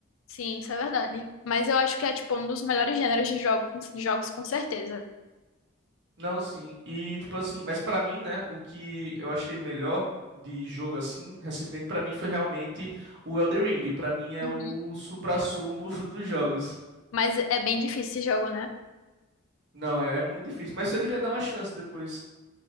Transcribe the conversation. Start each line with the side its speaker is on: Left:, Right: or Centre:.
Left: Sim, isso é verdade. Mas eu acho que é, tipo, um dos melhores gêneros de jogos, de jogos com certeza.
Right: Não, sim. E tipo assim, mas pra mim, né, o que eu achei melhor de jogo assim, recentemente pra mim foi realmente o Elden Ring. Pra mim é
Left: Uhum.
Right: o suprassumo <laughs> dos jogos.
Left: Mas é bem difícil esse jogo, né?
Right: Não, é, é muito difícil, mas você devia dar uma chance depois.